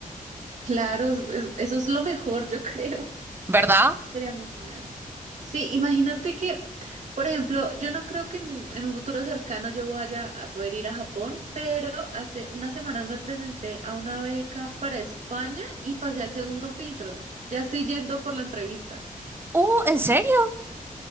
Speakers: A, on the right (about 55°); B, on the right (about 15°).
A: Claro, es- es- eso es lo mejor, yo <laughs> creo.
B: ¿verdad?
A: Sería muy genial. Sí, imagínate que, por ejemplo, yo no creo que en, en un futuro cercano yo vaya a poder ir a Japón, pero hace unas semanas me presenté a una beca para España y pasé al segundo filtro. Ya estoy yendo por la entrevista.
B: Uh, ¿en serio?